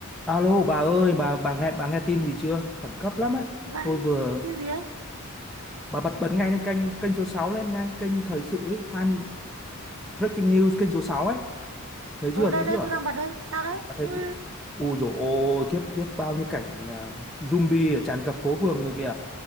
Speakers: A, in the centre; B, on the right (about 75°).
A: Alo bà ơi, bà bà nghe bà nghe tin gì chưa? Khẩn cấp lắm ấy.
B: vãi
A: Tôi vừa
B: cái gì ấy
A: bà bật bật ngay lên kênh kênh số 6 lên ngay, kênh thời sự ấy, hai breaking news kênh số 6 ấy. Thấy
B: ờ
A: chưa?
B: đây
A: Thấy
B: đây
A: chưa?
B: tôi đang bật đây sao đấy
A: Bà thấy
B: ui
A: chưa? Ui dồi ôi, khiếp khiếp bao nhiêu cảnh à, zombie tràn ngập phố phường người kìa.